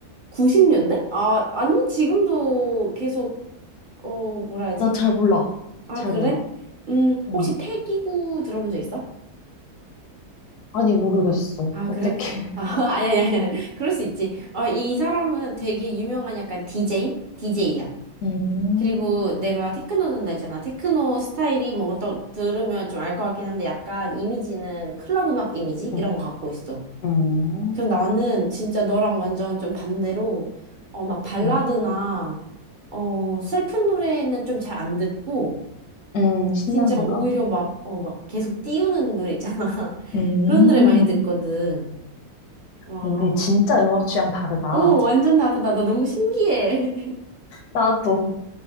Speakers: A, on the right; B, on the left.
A: 90년대? 아, 아니, 지금도 계속, 어, 뭐라 하지?
B: 나 잘 몰라.
A: 아,
B: 잘
A: 그래?
B: 몰라.
A: 음,
B: 응.
A: 혹시 패기구 들어본 적 있어?
B: 아니, 모르겠어.
A: 아,
B: 어떻게.
A: 그래? 아, <laughs> 아니, 아니, 아니, 아니. 그럴 수 있지. 어, 이 사람은 되게 유명한 약간 DJ? DJ야.
B: <laughs> 음,
A: 그리고 내가 테크노 듣는다 했잖아. 테크노 스타일이 뭔가 또 들으면 좀 알 것 같긴 한데 약간 이미지는 클럽 음악 이미지?
B: 음,
A: 이런 거 갖고 있어.
B: 음,
A: 그래서 나는 진짜 너랑 완전 좀 반대로 어, 막 발라드나
B: 응,
A: 어, 슬픈 노래는 좀 잘 안 듣고
B: 음, 신나는
A: 진짜 오히려
B: 거.
A: 막, 어, 막 계속 띄우는 노래 있잖아. <laughs>
B: 음.
A: 그런 노래 많이 듣거든. 와.
B: 우리 진짜 음악 취향 다르다.
A: 오, 완전 다르다. 나 너무 신기해. <laughs>
B: 나도